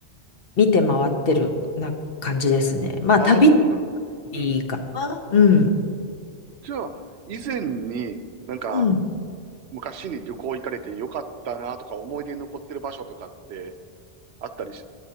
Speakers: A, on the left (about 65°); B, on the right (about 80°).
A: 見て回ってるな感じですね。まあ、
B: ああ、
A: 旅っていいかな。
B: そんな、うん。
A: うん。
B: じゃあ、以前になんか、
A: うん。
B: 昔に旅行行かれてよかったなとか、思い出に残ってる場所とかってあったりし、